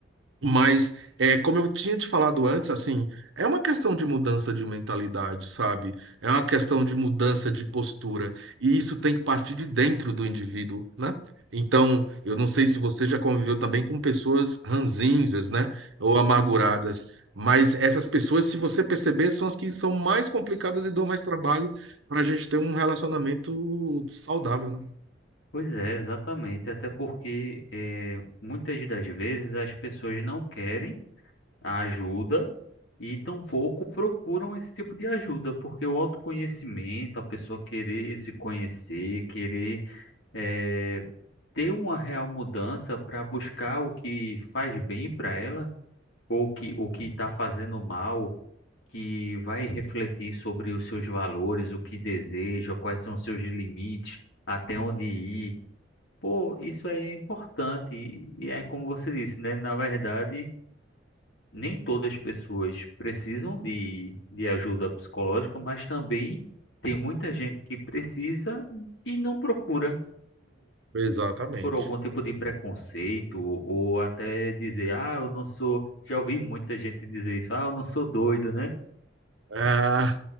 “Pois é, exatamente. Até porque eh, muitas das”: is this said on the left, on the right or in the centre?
Left